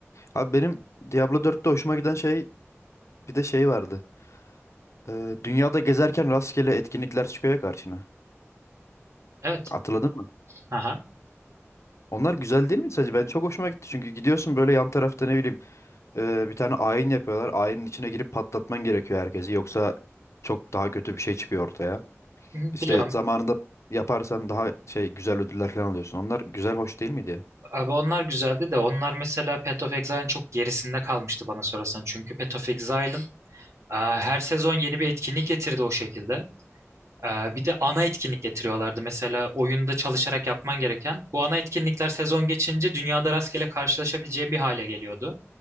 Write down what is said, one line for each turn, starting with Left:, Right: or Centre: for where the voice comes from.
Left: Abi benim Diablo 4'te hoşuma giden şey bir de şey vardı. Ee, dünyada gezerken rastgele etkinlikler çıkıyor ya karşına.
Right: Evet.
Left: Hatırladın mı?
Right: Aha.
Left: Onlar güzel değil mi sence? Ben çok hoşuma gitti çünkü gidiyorsun böyle yan tarafta ne bileyim e, bir tane ayin yapıyorlar. Ayinin içine girip patlatman gerekiyor herkesi. Yoksa çok daha kötü bir şey çıkıyor ortaya.
Right: Hı,
Left: İşte
Right: Biliyorum.
Left: zamanında yaparsan daha şey güzel ödüller falan alıyorsun. Onlar güzel hoş değil miydi ya?
Right: Abi onlar güzeldi de onlar mesela Path of Exile'ın çok gerisinde kalmıştı bana sorarsan. Çünkü Path of Exile'ın e, her sezon yeni bir etkinlik getirdi o şekilde. E, Bir de ana etkinlik getiriyorlardı. Mesela oyunda çalışarak yapman gereken bu ana etkinlikler sezon geçince dünyada rastgele karşılaşabileceğin bir hale geliyordu.